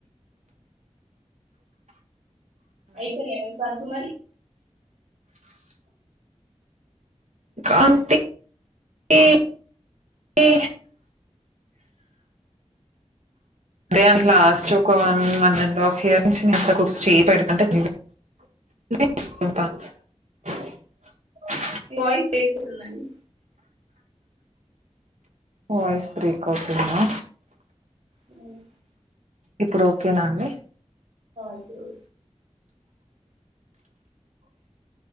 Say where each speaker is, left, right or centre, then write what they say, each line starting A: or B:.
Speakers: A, on the right (about 65°); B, on the right (about 80°).
A: ఇపోయినయ మీ పన్లు మరి
B: అంటే ఇ ఈ అదే అంటున్న లాస్ట్ ఒక one one and half year నుంచి నేనసల్ కుక్స్ చేయి పెడుతుంటే <unintelligible> <unintelligible>
A: మీ వాయిస్ బ్రేక్ అవుతుందండీ
B: వాయిస్ బ్రేక్ అవుతుందా
A: హ్మ్
B: ఇప్పుడు ఓకేనా అండి
A: ఇప్పుడు